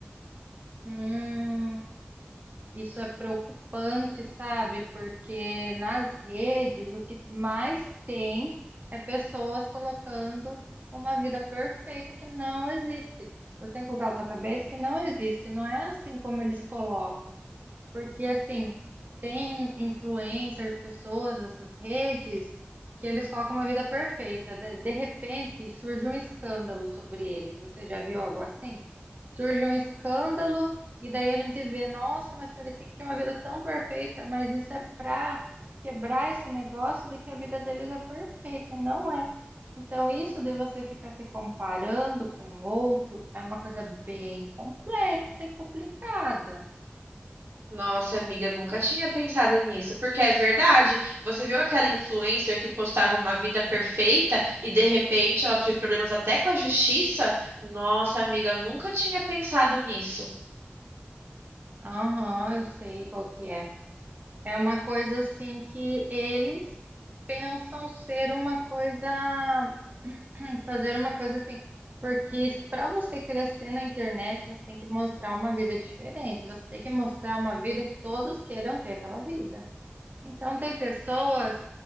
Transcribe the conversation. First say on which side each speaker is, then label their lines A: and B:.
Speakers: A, on the right; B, on the right.
A: Hum, isso é preocupante, sabe? Porque nas redes o que mais tem é pessoas colocando uma vida perfeita que não existe. Você tem que colocar na tua cabeça que não existe, não é assim como eles colocam. Porque, assim, tem influencer, pessoas dessas redes, que eles colocam uma vida perfeita. De, de repente, surge um escândalo sobre eles. Você já viu algo assim? Surge um escândalo, e daí a gente vê, nossa, mas parecia que tinha uma vida tão perfeita, mas isso é pra quebrar esse negócio de que a vida deles é perfeita, e não é. Então, isso de você ficar se comparando com o outro é uma coisa bem complexa e complicada.
B: Nossa, amiga, nunca tinha pensado nisso, porque é verdade. Você viu aquela influencer que postava uma vida perfeita e de repente ela teve problemas até com a justiça? Nossa, amiga, eu nunca tinha pensado nisso.
A: Aham, eu sei qual que é. É uma coisa assim que eles pensam ser uma coisa, <clears throat> fazer uma coisa assim, porque para você crescer na internet, você tem que mostrar uma vida diferente, você tem que mostrar uma vida que todos queiram ter aquela vida. Então tem pessoas